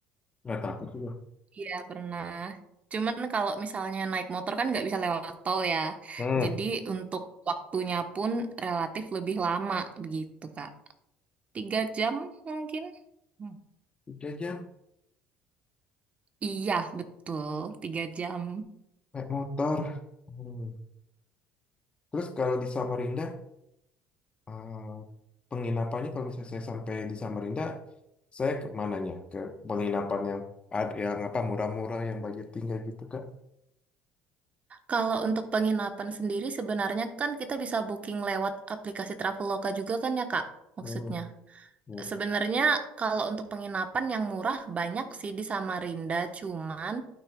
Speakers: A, on the left (about 30°); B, on the right (about 35°).
A: nggak takut juga
B: Iya pernah. Cuman kalau misalnya naik motor kan nggak bisa lewat tol ya.
A: hmm.
B: Jadi untuk waktunya pun relatif lebih lama begitu Kak. Tiga jam mungkin? Hmm.
A: tiga jam
B: Iya betul, tiga jam.
A: naik motor Hmm. terus kalau di Samarinda eh, penginapannya kalau misalnya saya sampai di Samarinda saya ke mananya ke penginapan yang ad- yang apa murah-murah yang budget tinggal gitu Kak
B: Kalau untuk penginapan sendiri sebenarnya kan kita bisa booking lewat aplikasi Traveloka juga kan ya Kak? Maksudnya.
A: hmm. ya.
B: Sebenarnya kalau untuk penginapan yang murah banyak sih di Samarinda, cuman